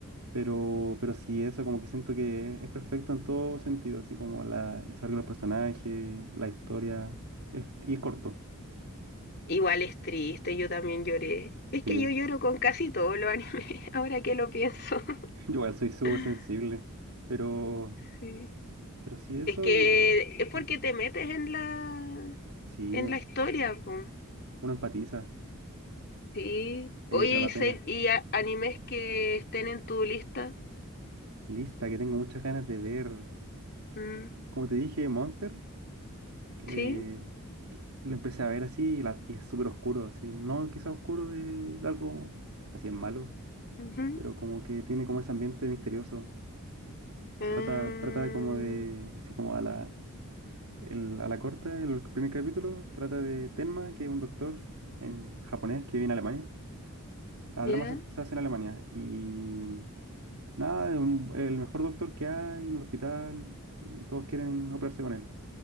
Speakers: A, on the right; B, on the left.
A: Pero, pero sí, eso como que siento que es perfecto en todo sentido, así como la, el desarrollo de los personajes, la historia, es, y es corto.
B: Igual es triste, yo también lloré. Es
A: Sí,
B: que yo
A: <laughs>
B: lloro con casi todos los animes, <laughs> ahora que lo pienso.
A: yo igual soy súper
B: <laughs>
A: sensible, pero,
B: Sí.
A: pero sí, eso
B: Es que
A: y...
B: es porque
A: ¿Mm?
B: te metes en la
A: Sí,
B: en la historia, po.
A: uno empatiza,
B: Sí. Oye,
A: ahí entra la
B: y, se-
A: pena.
B: y a- animes que estén en tu lista.
A: Lista, que tengo muchas ganas de ver.
B: Mm,
A: Como te dije, Monster, eh,
B: sí.
A: lo empecé a ver así y, la- y es súper oscuro, así, no quizá oscuro de, de algo así es malo,
B: Ujú.
A: pero como que tiene como ese ambiente misterioso.
B: Ah,
A: Trata, trata de como de, así como a la, el- a la corta, el primer capítulo, trata de Tenma, que es un doctor en japonés que viene a Alemania. La
B: ya,
A: trama se, se hace en Alemania y nada, es un- el mejor doctor que hay en el hospital y todos quieren operarse con él.